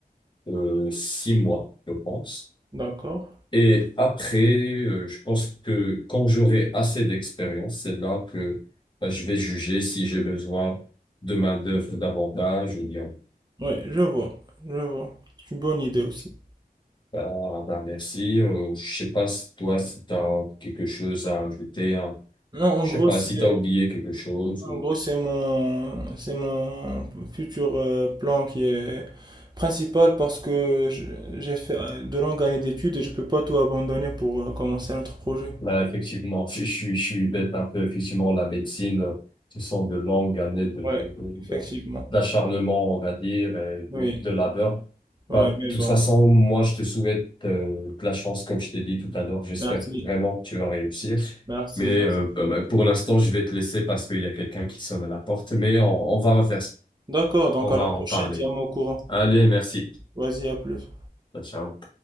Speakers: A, on the left (about 30°); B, on the right (about 25°).
A: euh, six mois, je pense.
B: D'accord.
A: Et après, euh, je pense que quand j'aurai assez d'expérience, c'est là que bah, je vais juger si j'ai besoin de main-d'œuvre davantage ou bien,
B: Ouais, je vois, je vois. C'est une bonne idée aussi.
A: bah, ah, bah, merci. Euh, je sais pas si toi, si t'as quelque chose à ajouter, hein.
B: Non, en
A: Je
B: gros,
A: sais pas
B: c'est
A: si t'as oublié quelque chose.
B: en gros, c'est mon c'est mon futur euh, plan qui est principal parce que je- j'ai fait euh, de longues années d'études et je peux pas tout abandonner pour euh, commencer un autre projet.
A: Là, effectivement, je suis, je suis bête un peu. Effectivement, la médecine, euh, ce sont de longues années de,
B: Ouais,
A: de- de- de-
B: effectivement.
A: d'acharnement, on va dire, et
B: Oui,
A: de, de labeur.
B: ouais,
A: Bah,
B: mais
A: de toute
B: bon.
A: façon, moi, je te souhaite euh, de la chance, comme je t'ai dit tout à l'heure. J'espère
B: Merci.
A: vraiment que tu vas réussir.
B: Merci,
A: Mais
B: merci.
A: euh, bah, bah, pour l'instant, je vais te laisser parce qu'il y a quelqu'un qui sonne à la porte. Mais on, on va refaire ça.
B: D'accord, donc
A: On
B: à
A: va
B: la
A: en
B: prochaine,
A: parler.
B: tiens-moi au courant.
A: Allez, merci.
B: Vas-y, à plus.
A: Bah, ciao.